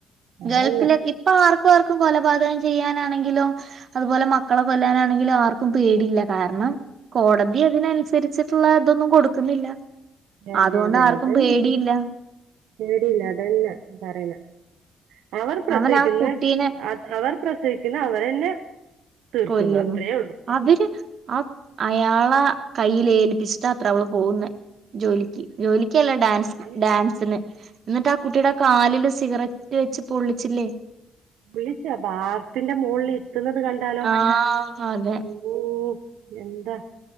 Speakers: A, on the right; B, on the right.
A: അതന്നെ
B: ഗൾഫില് ഇപ്പ ആർക്കും ആർക്കും കൊലപാതകം ചെയ്യാനാണെങ്കിലോ അതുപോലെ മക്കളെ കൊല്ലാനാണെങ്കിലും ആർക്കും പേടിയില്ല കാരണം കോടതി അതിനനുസരി <inaudible> <inaudible> ച്ചിട്ടുള്ള ഇതൊന്നും കൊടുക്കുന്നില്ല
A: അതെ
B: അതുകൊണ്ട്
A: അതെ
B: ആർക്കും
A: അത്
B: പേടിയില്ല
A: <inaudible> അതന്നെ പറയ് <inaudible> അവർ പ്രസവിക്കുന്നെ
B: അവൻ ആ കുട്ടീനെ
A: <unintelligible> അവർ പ്രസവിക്കുന്ന അവരന്നെ തീർക്കുന്നു
B: കൊല്ലുന്നു
A: അത്രയേ ഉള്ളൂ
B: അവര് ആ അയാളാ കയ്ൽ ഏൽപ്പിച്ചിട്ട അത്ര അവള് പോകുന്നേ ജോലിക്ക്, ജോലിക്കല്ല ഡാൻസ്
A: ഉള്ളൂ
B: ഡാൻസിന് എന്നിട്ട് ആ കുട്ടിയുടെ കാലില് സിഗരറ്റ് വെച്ച് പൊള്ളിച്ചില്ലേ
A: വിളിച്ചാവാർപ്പിന്റെ മോൾല് <inaudible> ത്തുന്നത് കണ്ടാലോ
B: ആഹ് അതെ
A: <inaudible> എന്താ